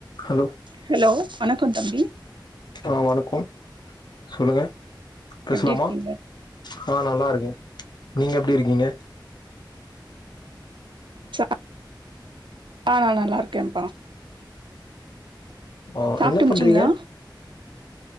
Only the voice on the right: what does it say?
hello வணக்கோ தம்பி
எப்டி இருக்கீங்க
சா ஆ நா நல்லா இருக்கேப்பா
சாப்ட்டு
முடிச்சீங்களா